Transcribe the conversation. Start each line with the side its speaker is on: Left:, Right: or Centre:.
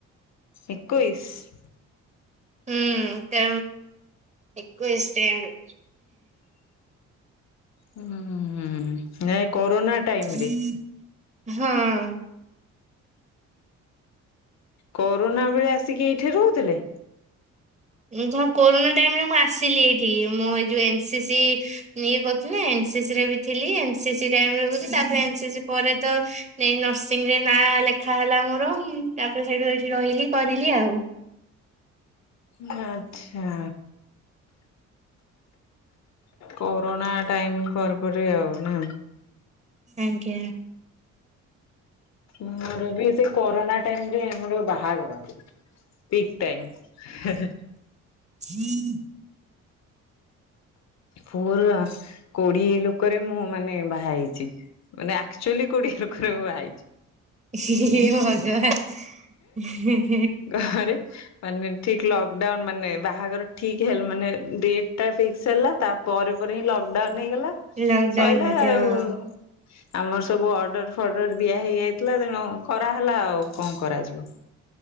Left: ଏକୋଇଶି
Right: ହୁଁ ତା ଏକୋଇଶି ରେ
Left: ହୁଁ ନାଇଁ କରୋନା ଟାଇମ
Right: ହଁ
Left: ରେ କରୋନା ବେଳେ ଆସିକି ଏଇଠି ରହୁଥିଲେ
Right: ମୁଁ ଯା କୋରୋନା ଟାଇମରେ ମୁଁ ଆସିଲି ଏଇଠିକି ମୁଁ ଏଇ ଯୋଉ ଏନସି ସି ଇଏ କରୁଥିଲେ ଏନ୍ସି ସି ରେ ବି ଥିଲି ଏନ୍ସୀ ସି ଟାଇମ ତାପ ଏନ୍ସୀ ସି ପରେ ତ ନର୍ସିଂ ରେ ନାଁ ଲ ଦେଖା ହେଲା ମୋର ତାପରେ ସେଇଠୁ ଏଠି ରହିଲି କରିଲି ଆଉ।
Left: ଆଛା କୋରୋନା ଟାଇମ ପରେ ପରେ ଆଉ ନା।
Right: ଆଜ୍ଞା
Left: ମୋରବି ସେ କରୋନା ଟାଇମରେ ଆମର ବାହାଘର। ପିକ୍ ଟାଇମ୍ ହେ ହେ।
Right: ହୁଁ
Left: ପୁଅର କୋଡିଏ ଲୋକରେ ମୁଁ ମାନେ ବାହା ହେଇଛି। ମାନେ ଆଚୁଆଲି କୋଡିଏ ଲୋକରେ ମୁଁ ବାହା ହେଇଚି।
Right: ହି ହିହି ଭଗବାନ ହେଁ।
Left: ଘରେ ମାନେ ଠିକ ଲକଡାଉନ ମାନେ ବାହାଘର ଠିକ ହେଲା ମାନେ ଡେଟ ଟା ଫିକ୍ସ ହେଲା ତା ପରେ ପରେ ହିଁ ଲକଡାଉନ ହେଇଗଲା
Right: ଭଗବାନ
Left: ସଇଲା
Right: ଲକଡାଉନ ଅଛି
Left: ଆଉ।
Right: ହଁ।
Left: ଆମର ସବୁ ଅର୍ଡର ଫର୍ଡର ଦିଆ ହେଇଯାଇଥିଲା ତେଣୁ କରାହେଲା ଆଉ କଣ କରାଯିବ।